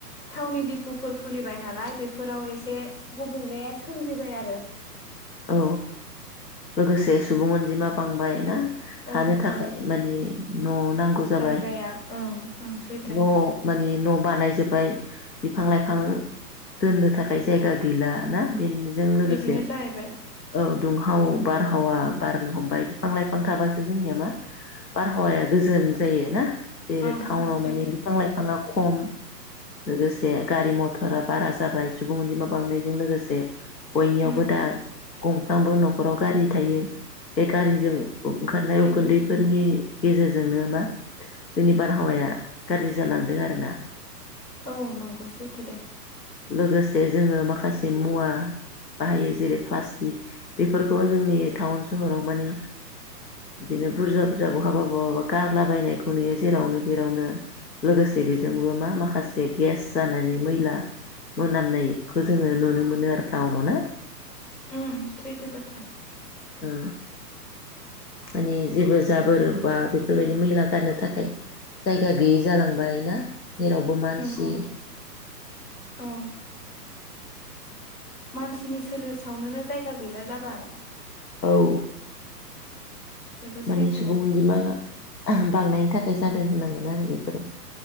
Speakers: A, on the left (about 70°); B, on the left (about 85°).
A: थावनि दिपुफोर खुलिबाय नालाय बेफोराव एसे गुबुंलेाया सोमजिबाय आरो
B: औ लोगोसे सुबुं अनजिमा बांबाय ना थानो
A: औ
B: थाखाय
A: औ
B: माने न' नांगौ जाबाय
A: जायगाया ओं ओं सैथो
B: न' मानि न' बानाय जोबबाय बिफां लाइफां दोननो थाखाय जायगा गैला ना? बेजों लोगोसे
A: बिदिनो जाहैबाय
B: औ दुंहाव बारहावा बारनो हमबाय बिफां लाइफां थाबासो जोंनिया मा बारहावाया गोजोन जायो ना। जेरै
A: ओं
B: टाउनाव
A: ओं सैथो
B: माने बिफां लाइफाङा खम लोगोसे गारि मथरा बारा जाबाय सुबुं अनजिमा बांनायजों लोगोसे बयनियावबो
A: उम
B: दा गंफ्रामबो नखराव गारि थायो। बे गारिजों ओंखारनाय
A: सैथो
B: उखुनदैफोरनि गेजेरजोंनो मा जोंनि बारहावाया गाज्रि जालांदों आरो ना।
A: औ नंगौ सैथो दे।
B: लोगोसे जोङो माखासे मुवा बाहायो जेरै प्लास्टिक बेफोरखौ जोंनि टाउन सहराव माने बिदिनो बुरजा बुरजा बहाबा बहाबा गारलाबायनायखौ नुयो जेरावनो बेेरावनो लोगोसे बेजोंबो मा माखासे गेस जानानै मैला मोनामनायखौ जोङो नुनो मोनो आरो टाउनाव ना।
A: उम सैथो बाथ्रा।
B: ओ माने जेबो जाबोर बा बेफोरबायदि मैला गारनो थाखाय जायगा गैयि जालांबाय ना। जेरावबो मानसि
A: नंगौ औ मानसिनि सोलेर सावनोनो जायगा गैला जाबाय।
B: औ।
A: बेबो
B: माने
A: सैथो
B: सुबुं अनजिमा बांनायनि थाखाय जादों होननांगोन आरो बेफोरो।